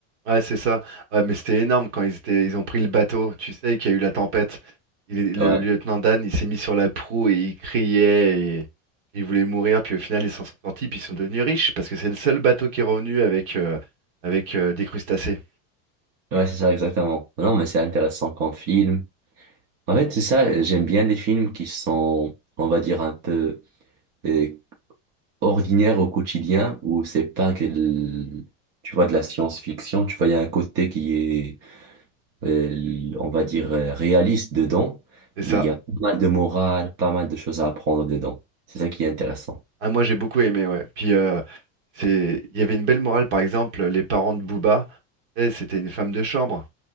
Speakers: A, on the right; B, on the right.
A: Ouais, c'est ça. Ouais, mais c'était énorme quand ils étaient, ils ont pris le bateau. Tu sais qu'il y a eu la tempête. Il est- le
B: Ouais,
A: lieutenant Dan, il s'est mis sur la proue et il criait et il voulait mourir. Puis au final, ils s'en sont sortis. Puis ils sont devenus riches parce que c'est le seul bateau qui est revenu avec, euh, avec euh, des crustacés.
B: ouais, c'est ça, exactement. Non, mais c'est intéressant comme film. En fait, c'est ça, j'aime bien les films qui sont, on va dire, un peu euh, ordinaires au quotidien, où c'est pas que, le- tu vois, de la science-fiction, tu vois, il y a un côté qui est euh, on va dire, euh, réaliste dedans,
A: C'est ça.
B: mais il y a pas mal de morale, pas mal de choses à apprendre dedans. C'est ça qui est intéressant.
A: Ah, moi, j'ai beaucoup aimé. Ouais. Puis euh, c'est, il y avait une belle morale. Par exemple, les parents de Booba, tu sais, c'était une femme de chambre,